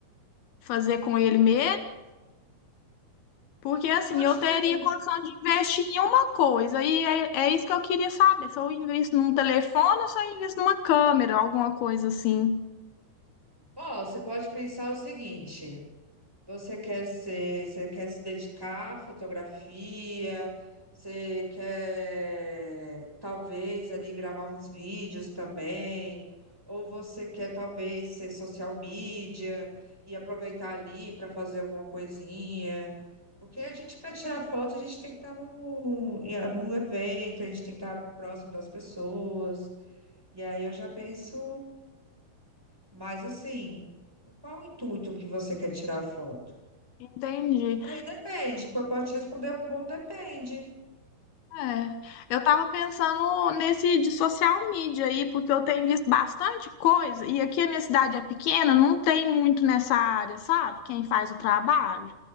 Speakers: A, on the left (about 80°); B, in the centre.
A: fazer com ele mesmo? Porque assim,
B: Eu acho
A: eu
B: que
A: teria
B: você pode,
A: condição de investir em uma coisa, e é, é isso que eu queria saber. Se eu invisto num telefone ou se eu invisto numa câmera, alguma coisa assim.
B: ó, você pode pensar o seguinte. Você quer ser, você quer se dedicar à fotografia, você quer talvez ali gravar uns vídeos também, ou você quer talvez ser social media e aproveitar ali para fazer alguma coisinha. Porque a gente, para tirar foto, a gente tem que estar num, em- num evento, a gente tem que estar próximo das pessoas. E aí eu já penso, mas assim, qual o intuito que você quer tirar a foto?
A: Entendi.
B: Que aí depende, porque eu posso responder um bom depende.
A: É. Eu tava pensando nesse de social media aí, porque eu tenho visto bastante coisa, e aqui a minha cidade é pequena, não tem muito nessa área, sabe? Quem faz o trabalho.